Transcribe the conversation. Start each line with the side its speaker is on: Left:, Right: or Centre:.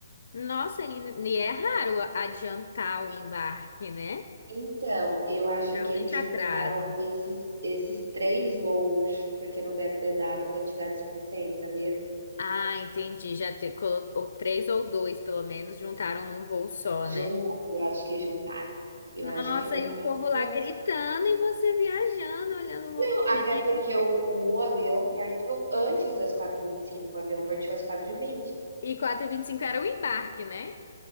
Left: Nossa, e, e é raro adiantar o embarque, né?
Right: Então, eu acho
Left: Geralmente
Right: que eles juntaram
Left: atrasa.
Right: esses esses 3 voos, porque não deve ter dado quantidade suficiente, sabia?
Left: Ah, entendi. Já te, colocou três ou dois, pelo menos, juntaram num voo só,
Right: Juntaram,
Left: né?
Right: eu acho que juntaram. Eu
Left: Nossa,
Right: acho que juntaram.
Left: e o povo lá
Right: Não é possi
Left: gritando e você viajando, olhando o movimento.
Right: não, até porque o o avião partiu antes das quatro e vinte e cinco o avião partiu às quatro e vinte
Left: E quatro e vinte e cinco era o embarque, né?